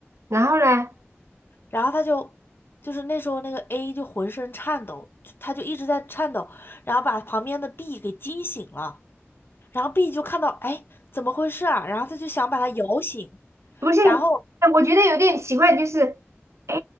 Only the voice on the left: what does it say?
然后他就就是那时候那个 A 就浑身颤抖，他就一直在颤抖，然后把旁边的 B 给惊醒了，然后 B 就看到哎怎么回事啊，然后他就想把他摇醒。
然后